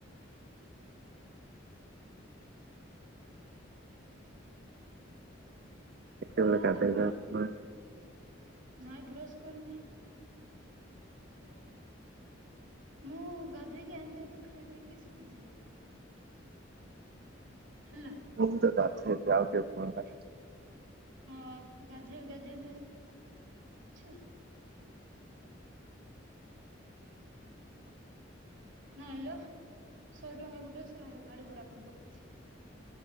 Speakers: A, on the right; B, on the right.
A: ହ
B: କେତେବେଳେ
A: କୁଆ ଆଉ
B: ଗାଧେଇବେ
A: କଣ
B: ଆପଣ?
A: ନାଇଁ ଭ୍ରସ କରୁନି। ବସ୍ ମୁଁ ଗାଧେଇକି ଆଣିତି ହେଇକି ଖାଇ ଦେଇେକି ସିଧେ ଯିବି। ହେଲା।
B: ବହୁ ତ ତା ଯାଉ କେ କଣ?
A: ହଁ ଗାଧେ ବି ଗାଧେ ବି ଛା। ନାଇ ଲୋ। ଶହେ ଟଙ୍କା ଗୋଟେ ଶହ ଟଙ୍କା ଗାଡି ଭଡା ପାଇଁ ରଖିଛି